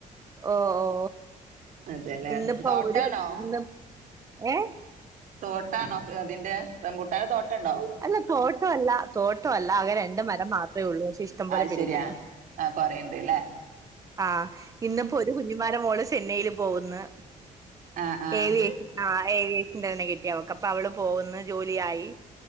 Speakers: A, on the right; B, on the right.
A: ഓ ഓ
B: അതെല്ലേ
A: ഇന്നിപ്പോ
B: തോട്ടണോ
A: ഒരു ഇന്ന് ഏ
B: തോട്ടണോ അതിന്റെ റമ്പുട്ടാന്റെ തോട്ട് ട്ടണ്ടോ
A: അല്ല തോട്ടമല്ല തോട്ടമല്ല ആകെ രണ്ട് മരം മാത്രമേ ഉള്ളൂ പക്ഷെ ഇഷ്ടം പോലെ
B: ആയ്
A: പിടിക്കും
B: ശരി ആഹ് ആഹ് കൊറേയ്ണ്ട്ല്ലേ
A: ആഹ് ഇന്ന്പ്പോ ഒരു കുഞ്ഞിമാന്റെ മോള് ചെന്നൈല് പോകുന്ന്
B: ആഹ് ആഹ്
A: ഏവിയേ ആഹ് ഏവിയേഷന്റെ തന്നെ കിട്ടിയ അവക്ക് അപ്പൊ അവള് പോവ്ന്ന് ജോലിയായി